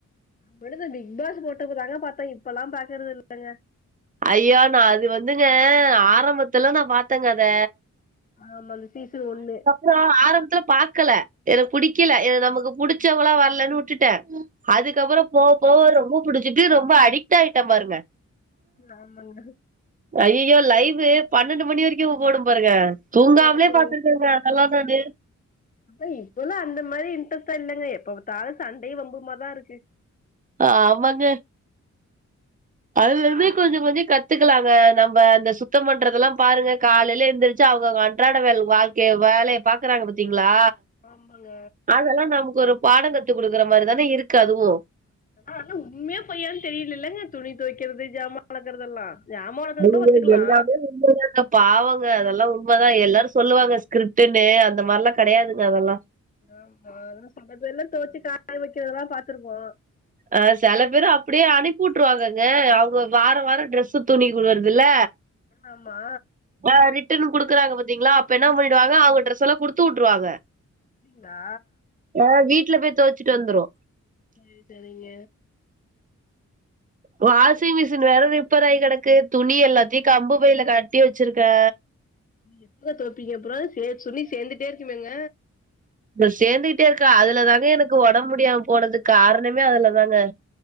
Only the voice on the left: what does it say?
முடுது பிக் பாஸ் போட்டக்கு தாங்க பாத்தே இப்பெல்லா பாக்கறது இல்லங்க
ஆமா அந்த சீசன் ஒண்ணு
ஆமாங்க
ஆமா ஆமாங்க
அப்ப இப்பலா அந்த மாரி இன்ட்ரெஸ்ட்டா இல்லங்க எப்ப பாத்தாலு சண்டேயு வம்புமாதாருக்கு
ஆமாங்க
ஆ ஆனா உண்மையா பொய்யானனு தெரியலல்லங்க துணி தொவைக்கிறது ஜாமா வெளக்கறதெல்லா ஜாமா வெளக்குறது
கூட ஒத்துக்கலா
ஆ செல பேர்லா தொவச்சு காய வைக்கதெல்லா பாத்துருப்போ
ஆமா
டிங்களா
சரி சரிங்க
எப்ப தொவப்பீங்க அப்புற சேர் துணி சேந்துட்டே இருக்குமேங்க